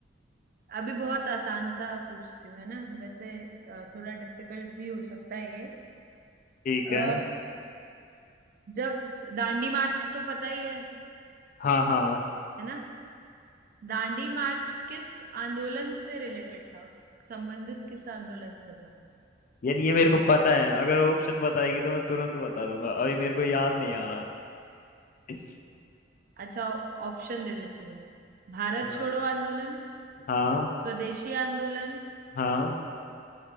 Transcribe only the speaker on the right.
अभी बहुत आसान सा पूछती हूँ है ना वैसे अ, थोड़ा डिफिकल्ट भी हो सकता है ये
अ,
जब दांडी मार्च तो पता ही है
है ना दांडी मार्च किस आंदोलन से रिलेटेड था उस संबंधित किस आंदोलन से था
अच्छा ऑप्शन दे देती हूँ भारत
छोड़ो आंदोलन
स्वदेशी आंदोलन